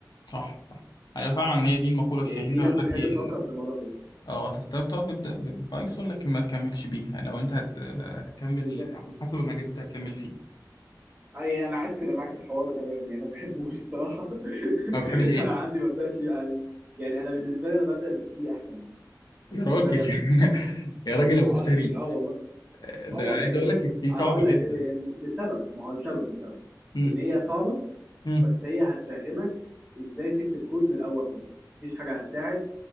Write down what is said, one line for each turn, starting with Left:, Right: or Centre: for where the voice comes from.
Left: صح صح ايوه فعلا هي دي المقوله الشهيره
Right: يعني في ناس
Left: يقول
Right: بتحب
Left: لك إيه،
Right: تفكر في الموضوع كده
Left: اه هتستارت اب ابدا ببايثون لكن ما تكملش بيها لو انت هت... هتكمل
Right: بالظبط
Left: على حسب المجال اللي انت هتكمل فيه
Right: اي يعني انا عكس انا عكس الحوار ده تماما يعني انا ما بحبوش الصراحه <laughs>
Left: ما بتحبش ايه
Right: انا عندي ما ببداش يعني يعني انا بالنسبه لي انا ببدا بالسي احسن يعني دي
Left: يا
Right: بالنسبه
Left: راجل <laughs>
Right: لي انا
Left: يا راجل يا مفتري
Right: اه يعني اه والله
Left: آه، ده
Right: اه والله
Left: عايز
Right: يعني
Left: اقول لك السي
Right: آه
Left: صعبه
Right: هقول
Left: جدا
Right: لك يعني لسبب ما هو السبب لسبب
Left: امم
Right: ان هي صعبه
Left: امم
Right: بس هي هتفهمك ازاي تكتب كود من الاول خالص مفيش حاجه هتساعد